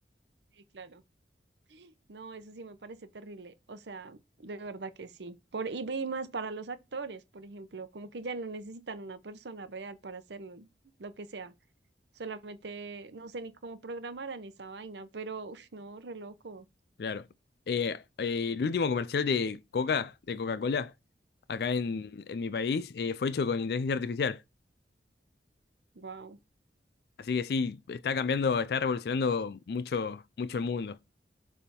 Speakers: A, on the right (about 80°); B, on the left (about 65°).
A: Sí, claro. No, eso sí me parece terrible. O sea, de verdad que sí. Por, y, y más para los actores, por ejemplo, como que ya no necesitan una persona real para hacerlo, lo que sea. Solamente no sé ni cómo programarán esa vaina, pero uff, no, re loco.
B: Claro. Eh, eh, el último comercial de Coca, de Coca-Cola, acá en, en mi país, eh, fue hecho con inteligencia artificial.
A: Wow,
B: Así que sí, está cambiando, está revolucionando mucho, mucho el mundo.